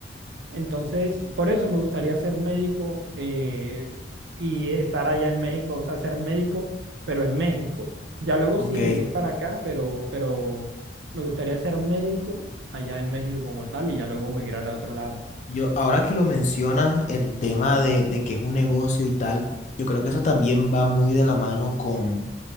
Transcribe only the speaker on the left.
Ok.
Yo, ahora que lo mencionas, el tema de, de que es un negocio y tal, yo creo que eso también va muy de la mano con,